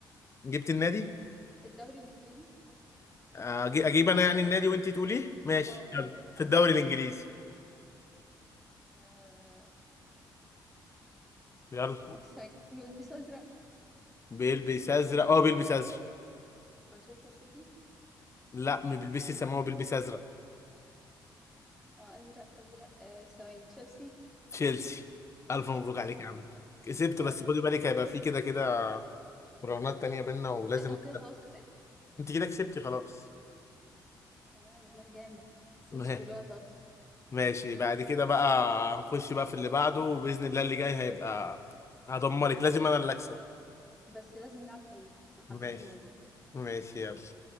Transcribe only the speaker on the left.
جبت النادي
أجي- اجيب انا يعني النادي وانت تقوليه ماشي
يلا
في الدوري الانجليزي
يلا
بيلبس ازرق اه بيلبس ازرق
لا ما بيلبسش سماوي بيلبس ازرق
تشيلسي الف مبروك
عليك يا عم كسبت
بس خدي بالك هيبقى في كده كده مراهنات تانية بينا ولازم
اكسب
انت كده كسبتي خلاص
<laughs> ما-
ماشي بعد كده بقى هنخش بقى في اللي بعده وبإذن الله اللي جاي هيبقى هدمرك لازم انا اللي اكسب
ماشي
ماشي يلا